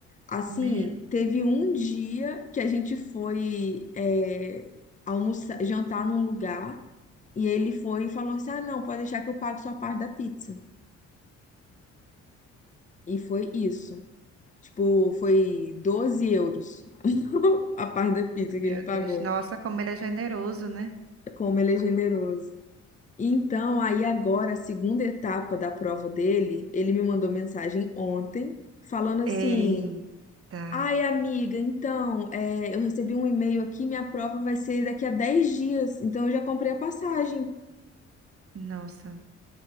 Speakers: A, on the left (about 25°); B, on the right (about 50°).
A: Assim,
B: Meu
A: teve
B: Deus.
A: um dia que a gente foi é, almoçar, jantar num lugar e ele foi e falou assim: Ah, não, pode deixar que eu pago sua parte da pizza. E foi isso. Tipo, foi 12 euros <laughs> a parte da pizza
B: Meu
A: que ele pagou.
B: Deus. Nossa, como ele é generoso, né?
A: Como ele é generoso. Então, aí agora, a segunda etapa da prova dele, ele me mandou mensagem ontem falando assim.
B: Eita.
A: Ai, amiga, então, é, eu recebi um e-mail aqui, minha prova vai ser daqui a 10 dias, então eu já comprei a passagem.
B: Nossa.